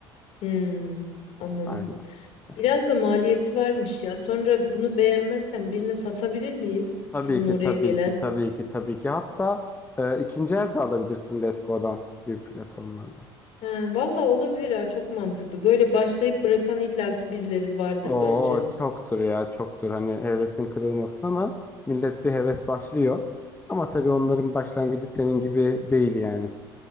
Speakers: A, on the left; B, on the left.
A: Hmm, anladım.
B: Aynen. Hani
A: Biraz da maliyeti varmış ya. Sonra bunu beğenmezsen birine satabilir miyiz?
B: Tabii
A: Sizin
B: ki,
A: oraya
B: tabii
A: gelen.
B: ki, tabii ki, tabii ki. Hatta e, ikinci el de alabilirsin Letgo'dan gibi platformlardan.
A: Ha, valla olabilir ha çok mantıklı. Böyle başlayıp bırakan illaki birileri vardır
B: Oo
A: bence.
B: çoktur ya, çoktur. Hani hevesin kırılmasın ama millet bir heves başlıyor. Ama tabii onların başlangıcı senin gibi değil yani.